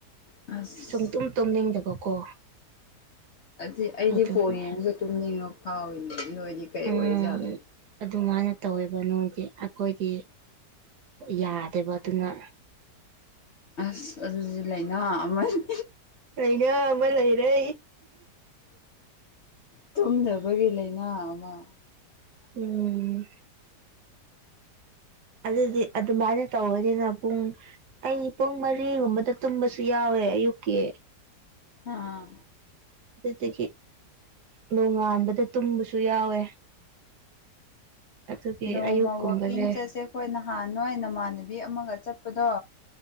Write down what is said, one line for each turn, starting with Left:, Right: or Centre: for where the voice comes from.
Left: ꯑꯁ
Right: ꯁꯨꯡ ꯇꯨꯝ ꯇꯨꯝꯅꯤꯡꯗꯕꯀꯣ
Left: ꯑꯁꯤ ꯑꯩꯗꯤ
Right: ꯑꯗꯨꯒꯤ
Left: ꯐꯣꯟ ꯌꯦꯡꯉꯁꯨ ꯇꯨꯝꯅꯤꯡꯉ ꯐꯥꯎꯏꯅꯦ ꯅꯣꯏꯗꯤ ꯀꯩ
Right: ꯎꯝ
Left: ꯑꯣꯏꯖꯥꯠꯂꯣ
Right: ꯑꯗꯨꯃꯥꯏꯅ ꯇꯧꯋꯦꯕ ꯅꯣꯏꯒꯤ ꯑꯩꯈꯣꯏꯗꯤ ꯌꯥꯗꯦꯕ ꯑꯗꯨꯅ
Left: ꯑꯁ ꯑꯗꯨꯁꯨ ꯂꯥꯏꯅꯥ ꯑꯃꯅꯤ
Right: ꯂꯩꯅꯥ ꯑꯃ ꯂꯩꯔꯦ
Left: ꯇꯨꯝꯗꯕꯒꯤ ꯂꯩꯥꯏꯅꯥ ꯑꯃ
Right: ꯎꯝ ꯑꯗꯨꯗꯤ ꯑꯗꯨꯃꯥꯏꯅ ꯇꯧꯕꯅꯤꯅ ꯄꯨꯡ ꯑꯩ ꯄꯨꯡ ꯃꯔꯤꯒꯨꯝꯕꯗ ꯇꯨꯝꯕꯁꯨ ꯌꯥꯎꯋꯦ ꯌꯨ ꯀꯦ
Left: ꯑꯥ
Right: ꯑꯗꯨꯗꯒꯤ ꯅꯣꯡꯉꯥꯟꯕꯗ ꯇꯨꯝꯕꯁꯨ ꯌꯥꯎꯋꯦ ꯑꯗꯨꯒꯤ
Left: ꯅꯣꯡꯃ
Right: ꯑꯌꯨꯛꯀꯨꯝꯕꯁꯦ
Left: ꯋꯥꯛꯀꯤꯡ ꯆꯠꯁꯦ ꯑꯩꯈꯣꯏ ꯅꯍꯥꯟ ꯅꯣꯏ ꯅꯃꯥꯟꯅꯕꯤ ꯑꯃꯒ ꯆꯠꯄꯗꯣ